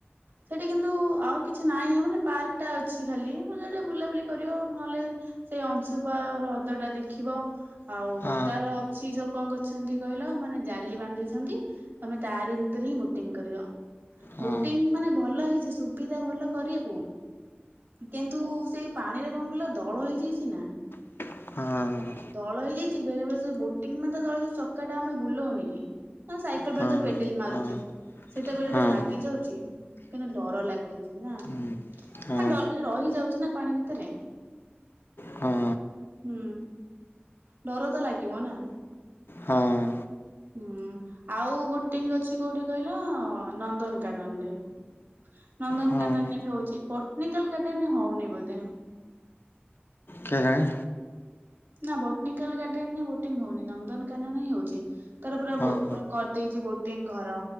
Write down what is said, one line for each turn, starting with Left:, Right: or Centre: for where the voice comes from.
Right: ସେଇଠି କିନ୍ତୁ ଆଉ କିଛି ନାହିଁ ମାନେ ପାର୍କଟା ଅଛି ଖାଲି ମଜା ବୁଲାବୁଲି କରିବ ନହେଲେ ସେଇ ଅଂଶୁପା ହ୍ରଦ ଟା ଦେଖିବ ଆଉ
Left: ହଁ
Right: ତାର ଛି ସବୁ କଣ କରିଛନ୍ତି କହିଲ ମାନେ ଜାଲି ବାନ୍ଧିଛନ୍ତି ତମେ ତାରି ଭିତରେ ହିଁ ବୋଟିଂ କରିବ।
Left: ହଁ
Right: ବୋଟିଂ ମାନେ ଭଲ ହେଇଛି ସୁବିଧା ଭଲ କରିବାକୁ। କିନ୍ତୁ ସେଇ ପାଣି ରେ କଣ କହିଲ ଦଳ ହେଇଯାଇଚି ନା।
Left: ହଁ
Right: ଦଳ ହେଇଯାଇଚି ବେଳେ ବେଳେ ସେ ବୋଟିଂ ମାନେ ତ ଦଳ ଚକାଟା ଆମେ ବୁଲଉନି କି ହଁ ସାଇକଲ ଫାଇକଲ
Left: ହଁ
Right: ସବୁ ପେଡିଲ ମାରୁଚେ।
Left: ହଁ
Right: କେତେବେଳେ
Left: ହଁ ହଁ
Right: ବେଳେ ଲାଗି ଯାଉଛି କୁ ଡର ଲାଗୁଚି ନା।
Left: ହୁଁ
Right: ତା
Left: ହଁ
Right: ଡ ରହି ଯାଉଛି ନା ପାଣି ଭିତରେ!
Left: ହଁ।
Right: ହୁଁ ଡର ତ ଲାଗିବ ନା।
Left: ହଁ
Right: ହୁଁ ଆଉ ବୋଟିଂ ଅଛି କୋଉଠି କହିଲ ନନ୍ଦନକାନନରେ। ନନ୍ଦନକାନନ
Left: ହଁ
Right: ବି ହଉଛି ବଣ୍ଟିନିକାଲ ଗାର୍ଡେନ ହଉନି ବୋଧେ।
Left: କେଜାଣି
Right: ନା ବୋଣ୍ଟିନିକାଲ ଗାର୍ଡେନ ବୋଟିଂ ହଉନି ନନ୍ଦନକାନନ ହିଁ ହଉଛି। ତାର ପୁରା
Left: ହଁ
Right: ବୋ କରିଦେଇଛି ବୋଟିଂ ଘର।